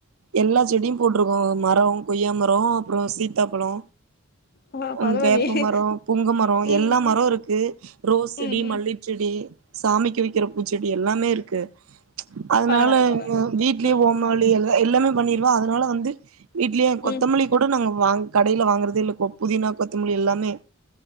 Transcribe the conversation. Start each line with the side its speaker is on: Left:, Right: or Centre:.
Right: எல்லா செடியு போட்ருக்கோ மரோ கொய்யா மரோ அப்றோ சீத்தாப்பழோ
Left: ஆ
Right: ம்
Left: பரவாயில்லையே
Right: வேப்ப மரோ புங்கமரோ
Left: ம்
Right: எல்லா மரோ இருக்கு ரோஸ் செடி
Left: ம் ம்
Right: மல்லிப் ச்செடி சாமிக்கி வெக்கிற பூச்செடி எல்லாமே இருக்கு அதனால
Left: பரவால்ல பரவால்ல
Right: வீட்லயே
Left: ம்
Right: ஓமாளி எல்லாமே பண்ணிருவா அதனால வந்து வீட்லயே
Left: ம்
Right: கொத்தமல்லி கூட நாங்க வாங் கடைல வாங்கறதே இல்ல கொ புதினா கொத்தமல்லி எல்லாமே